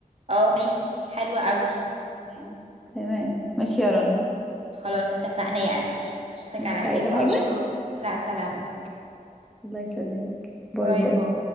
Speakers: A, on the right (about 45°); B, in the centre.
A: اه ماشي حلوة قوي
B: خلاص، تمام تمام ماشي يا رنا
A: خلاص اتفقنا يا قلبي اشوفك
B: ماشي
A: على خير
B: عايزه
A: بقى
B: حاجه
A: ان شاء الله لا سلامتك
B: الله يسلمك باي
A: باي
B: باي
A: باي